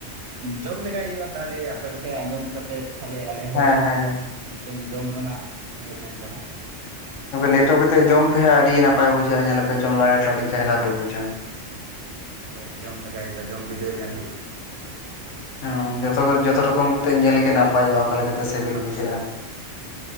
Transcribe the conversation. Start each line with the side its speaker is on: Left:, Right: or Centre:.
Right: ᱡᱚᱢ ᱞᱮᱜᱟᱭ ᱦᱩᱭᱩᱜᱼᱟ ᱛᱟᱦᱚᱞᱮ ᱟᱯᱮ ᱠᱚᱷᱮᱱ ᱟᱸᱡᱚᱢ ᱠᱟᱛᱮᱜ ᱛᱟᱦᱚᱞᱮ ᱟᱞᱮᱦᱚ
Left: ᱦᱮᱸ ᱦᱮᱸ ᱦᱮᱸ
Right: ᱢᱤᱫᱴᱮᱱ ᱡᱚᱢ ᱨᱮᱱᱟᱜ ᱤᱭᱟᱹ ᱛᱟᱦᱮᱱ ᱠᱟᱱᱟ
Left: ᱞᱮᱴᱚ ᱠᱟᱛᱮᱫ ᱡᱚᱢ ᱯᱮ ᱦᱟᱸᱜ ᱟᱰᱤ ᱱᱟᱯᱟᱭ ᱵᱩᱡᱷᱟᱹᱜᱼᱟ ᱧᱮᱞᱟᱯᱮ ᱡᱚᱢ ᱞᱟᱜᱟᱭ ᱯᱮ ᱟᱹᱰᱤ ᱪᱮᱦᱨᱟ ᱯᱮ ᱵᱩᱡᱟ
Right: ᱦᱳᱭ ᱡᱚᱢ ᱞᱮᱟᱜᱟᱭ ᱦᱳᱭᱳᱜᱼᱟ᱾ ᱡᱚᱢ ᱵᱤᱰᱟᱹᱣ ᱧᱮᱞ ᱦᱳᱭᱳᱜᱼᱟ᱾
Left: ᱦᱮᱝ ᱡᱚᱛᱚ ᱡᱚᱛᱚ ᱨᱚᱠᱚᱢ ᱠᱟᱛᱮ ᱧᱮᱞᱜᱮ ᱱᱟᱯᱟᱭᱚᱜᱼᱟ ᱚᱠᱟ ᱞᱮᱠᱟᱛ ᱛᱚ ᱥᱤᱵᱤᱞ
Right: ᱱᱟᱯᱟᱭᱚᱜᱼᱟ
Left: ᱵᱩᱡᱷᱟᱹᱜᱼᱟ
Right: ᱦᱳᱭ